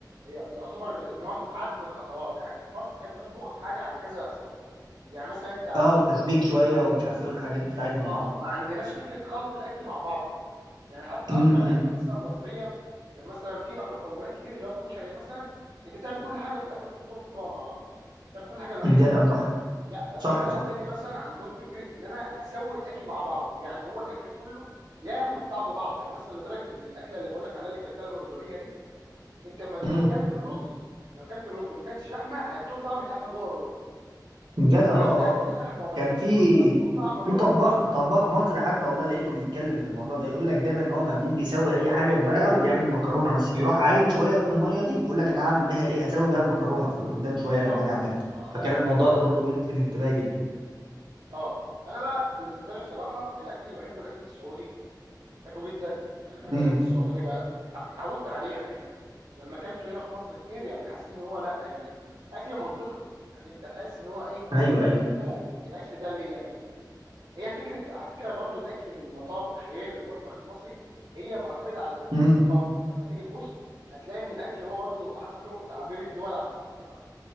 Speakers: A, on the right; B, on the right.
A: ي- يعتبر ان هو متعدد الخطوات يعني احنا في مصر نحب نطبخ الحاجه على كذا خطوه يعني مثلا انت
B: اه وتسبيك شويه
A: مع-
B: ومش عارف ايه والحاجات بتاعتنا
A: اه
B: دي
A: ما عندناش فكره خلط الاكل مع بعضه يعني حتى اكتر
B: امم
A: اكل مثلا مصريه مثلا فيها مكونات كتير اللي هو الكشري مثلا انت تعمل كل حاجه وفي الاخر بتحطهم في طبق مع بعض تعمل كل حاجه لوحدها
B: إمم. جدع صح
A: لا في
B: صح
A: بلاد
B: صح
A: تانية مثلا عندهم فكره ان انا اسوي الاكل مع بعضه يعني هو الاكل كله ياخد طعم بعضه يعني مثلا لدرجه ان الاكله اللي بقول لك عليها اللي كلتها الاردنيه دي انت ما لو
B: امم
A: كلت الرز لو كلت الرز وما كلتش لحمه هتدوق طعم اللحمه جوه الرز
B: جدع
A: ولو
B: اه
A: كلت
B: اه
A: اللحمه وما
B: كان
A: كلتش
B: في
A: رز هتدوق طعم الرز
B: في طباخ
A: في اللحمه
B: طباخ مصري حتى والله لقيته بيتكلم في الموضوع ده يقول لك دايما ان هو ما بيجي يسوي اي حاجه بمرقه وبيعمل مكرونه مثلا يروح عاين شويه من الميه دي ويقول لك انا هعمل بيها ايه هسوي بيها المكرونه في قدام شويه
A: اه
B: لما اجي اعملها
A: اه
B: فكان
A: اه
B: الموضوع ده برضو بيلفت انتباهي جدا
A: اه انا بقى بالنسبه لي بصراحه الاكل اللي بحبه الاكل السعودي بحبه جدا يعني بحب
B: امم
A: الاكل السعودي بقى بتع- اتعودت عليه يعني لما اكلته هنا في مصر كتير يعني حسيت ان هو لا يعني اكل منطقي يعني انت تحس ان هو ايه
B: ايوه ايوه
A: مفهوم الاكل ده اللي يعني هي فكره على فكره برضو الاكل من مطابخ غير المطبخ المصري هي معتمده على فكره
B: امم
A: الثقافه انت لما تيجي تبص هتلاقي ان الاكل هو برضو احد طرق تعبير الدول عن ثقافتها